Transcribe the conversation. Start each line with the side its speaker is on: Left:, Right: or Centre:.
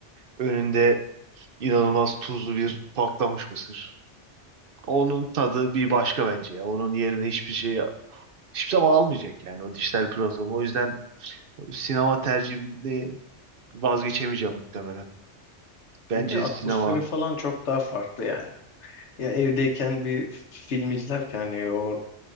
Right: Önünde inanılmaz tuzlu bir patlamış mısır. Onun tadı bir başka bence ya. Onun yerine hiçbir şey hiçbir zaman almayacak yani o dijital platform. O yüzden sinema tercihini vazgeçemeyeceğim muhtemelen. Bence
Left: Bir de atmosferi
Right: sinema.
Left: falan çok daha farklı yani. Ya evdeyken bir film izlerken hani o